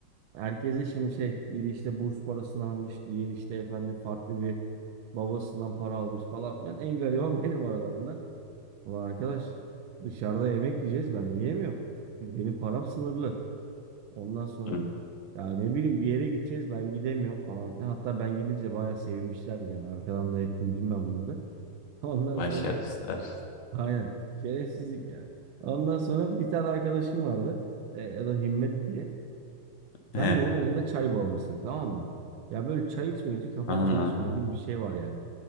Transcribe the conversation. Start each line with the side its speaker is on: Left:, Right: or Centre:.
Right: Herkese şimdi şey biri işte burs parasını almış diğeri işte efendim farklı bir babasından para almış falan filan. En gariban <laughs> benim aralarında. Ulan arkadaş dışarıda yemek yiyeceğiz ben yiyemiyorum. Çünkü Benim param sınırlı. Ondan sonra
Left: hı.
Right: ya ne bileyim bir yere gideceğiz ben gidemiyorum falan filan. Hatta ben gidince de bayağı sevinmişlerdi yani arkadan da hep duydum ben bunları. <laughs> Ondan
Left: Başarısızlar.
Right: sonra aynen şerefsizlik ya. Ondan sonra bir tane arkadaşım vardı E, ya da Himmet diye.
Left: He,
Right: Ben de o dönemde çay bağımlısıyım tamam mı? Ya böyle çay içmeyince kafam
Left: anladım.
Right: çalışmıyor gibi bir şey var yani.